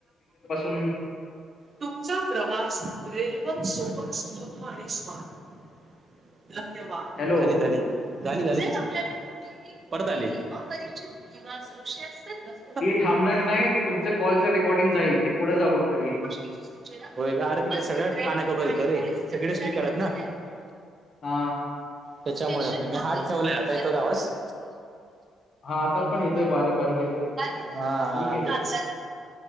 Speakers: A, on the left; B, on the right.
A: हम्.
B: तुमचा प्रवास रेल्वे सोबत सुलभ आणि स्मार्ट- धन्यवाद!
A: हॅलो
B: झाली झाली. झाली झाली तिची. परत आली. किंवा संशयास्पद वस्तू -
A: ते थांबणार नाही. ते तुमच कॉलचं रेकॉर्डिंग जाईल ते पुढे जा कुठंतरी.
B: होय का? अरे तिकडे सगळ्या पाण्या <unintelligible> होेत रे सगळेच <unintelligible>
A: हा
B: त्याच्यामुळे. मी हात ठेवलाय. आता येतो का आवाज?
A: हा आता पण येतोय बारीक बारीक येतोय
B: हां. हां.
A: ठीक आहे
B: तेच.